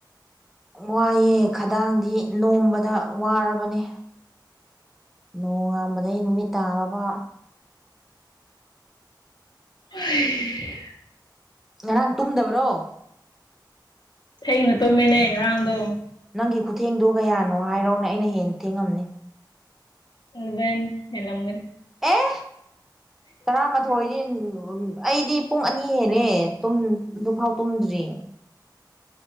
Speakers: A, in the centre; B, on the left.
A: ꯋꯥꯏꯑꯦ ꯈꯗꯥꯡꯗꯤ ꯅꯣꯝꯕꯗ ꯋꯥꯔꯕꯅꯦ ꯅꯣꯡ ꯉꯝꯕꯗꯒꯤꯩ ꯅꯨꯃꯤꯠ ꯇꯥꯕꯕ
B: ꯍ
A: ꯉꯔꯥꯡ ꯇꯨꯝꯗꯕ꯭ꯔꯣ
B: ꯍꯦꯒꯅ ꯇꯨꯝꯃꯅꯦ ꯔꯥꯎꯗꯨꯣ
A: ꯅꯪꯒꯤ ꯈꯨꯊꯦꯡꯗꯣ ꯀꯌꯥꯅꯣ ꯍꯥꯏꯔꯣꯅ ꯑꯩꯅ ꯍꯦꯟꯅ ꯊꯦꯡꯉꯝꯅꯤ
B: ꯏꯜꯕꯦꯟ ꯏꯂ ꯃꯒꯔꯤ
A: ꯑꯦ ꯇꯔꯥꯃꯥꯊꯣꯏꯗꯤ ꯎ ꯑꯩꯗꯤ ꯄꯨꯡ ꯑꯅꯤ ꯍꯦꯜꯂꯦ ꯑꯗꯨꯐꯥꯎ ꯇꯨꯝꯗ꯭ꯔꯤ